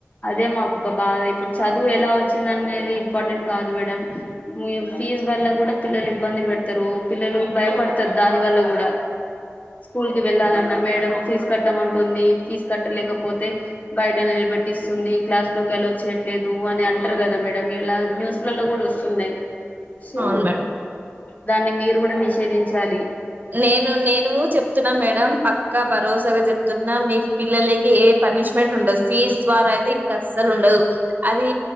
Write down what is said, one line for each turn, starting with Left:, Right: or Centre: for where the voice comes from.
Left: అదే మాకు ఒక బాధ ఇప్పుడు చదువు ఎలా వచ్చింది అనేది ఇంపార్టెంట్ కాదు మేడం ఫీజ్ వల్ల గుడా పిల్లలు ఇబ్బంది పెడతారు పిల్లలు భయపడతరు దాని వల్ల గుడా స్కూల్ కి వెళ్ళాలన్నా మేడ ఫీజు కట్టమంటుంది, ఫీజు కట్టలేకపోతే బయట నిలబెట్టిస్తుంది, క్లాస్ లోకి అలో చేయట్లేదు, అని అంటారు కదా మేడం మీర్ ఇలా న్యూస్లలో కూడా వస్తున్నాయి. సో
Right: అవును మేడం
Left: దాన్ని మీరు కూడా నిషేధించాలి
Right: నేను నేను చెప్తున్నా మేడం పక్కా భరోసాగా చెప్తున్నా మీ పిల్లలకి ఏ పనిష్మెంట్ ఉండదు ఫీజ్ ద్వారా అయితే ఇంకా అస్సలు ఉండదు. అది